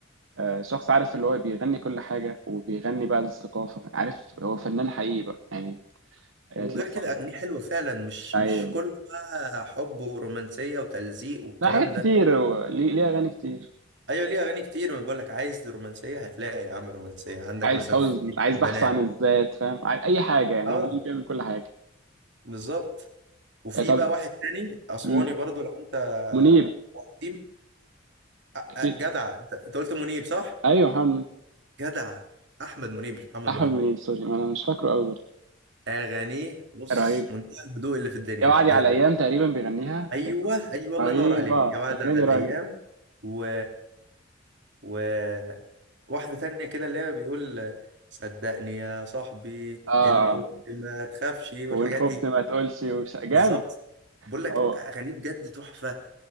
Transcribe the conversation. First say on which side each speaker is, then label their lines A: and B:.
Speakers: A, on the right (about 80°); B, on the right (about 65°).
A: آه، شخص عارف اللي هو بيغني كل حاجة وبيغني بقى للثقافة عارف هو فنان حقيقي بقى يعني
B: <laughs>
A: آه،
B: وغير
A: تلاقي
B: كده
A: مثلا
B: اغانيه حلوه فعلا مش
A: ايوه
B: مش كله بقى حب ورومانسيه وتلزيق والكلام
A: لا حاجات كتير
B: ده
A: هو ليه ليه اغاني كتير
B: ايوه ليه اغاني كتير ما بقول لك عايز رومانسيه هتلاقي يا عم رومانسيه عندك
A: عايز
B: مثلا
A: حزن
B: في عشق
A: عايز
B: البنات
A: بحث عن الذات فاهم عاي- اي حاجه يعني
B: اه
A: هو منيب بيعمل كل حاجه
B: بالظبط وفي
A: آه، طب
B: بقى واحد تاني اسواني
A: مم.
B: برضو لو انت
A: منيب
B: قديم آه،
A: اكيد
B: آه، جدع انت أنت قلت منيب صح
A: ايوه محمد منيب.
B: جدع احمد منيب مش محمد
A: احمد
B: منيب
A: منيب سوري ما انا مش فاكره قوي برضه
B: اغانيه بص
A: رهيب
B: منتهى الهدوء اللي في الدنيا
A: يا وعدي
B: بجد
A: على الايام تقريبا بيغنيها
B: ايوه
A: يا
B: ايوه الله
A: رهيبه
B: ينور عليك
A: الاغنيه
B: يا وعد على
A: دي
B: الايام
A: رهيبه
B: و و واحده تانية كده اللي هي بيقول صدقني يا صاحبي
A: اه
B: ان قلت
A: اه
B: ما تخافش والحاجات
A: وان خفت
B: دي
A: ما تقولش وش... جامد
B: بالظبط بقول لك
A: هو
B: اغانيه بجد تحفه